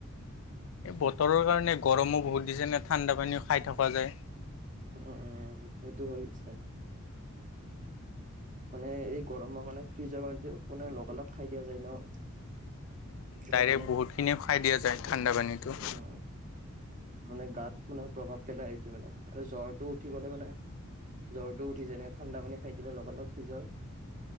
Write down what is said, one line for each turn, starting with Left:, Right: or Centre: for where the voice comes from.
Left: এই বতৰৰ কাৰণে গৰমো বহুত দিছে নে ঠাণ্ডা পানীও খাই থকা যায়
Right: অ অ সেইটো হৈ পিছে মানে এই গৰমৰ কাৰণে ফ্ৰিজৰ পানীটো লগালগ খাই দিয়া যায় ন পুৰা
Left: ডাইৰেক্ট
Right: বেনে
Left: বহুতখিনি খাই দিয়া যায় ঠাণ্ডা পানীটো।
Right: উম, মানে গাত মানে প্ৰভাৱ পেলাই সেইটো মানে আৰু জ্বৰটো উঠিবলৈ মানে জ্বৰটো উঠি যেনেকে ঠাণ্ডা পানী খাই দিলে লগালগ ফ্ৰিজৰ